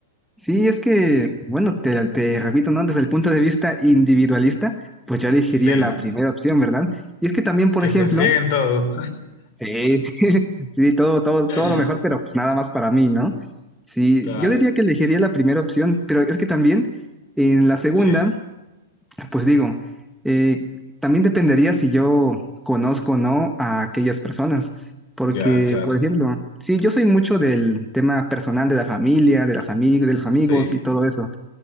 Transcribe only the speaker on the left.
Sí,
que
se frieguen todos.
<laughs>
Claro.
Sí,
ya, claro.
Sí,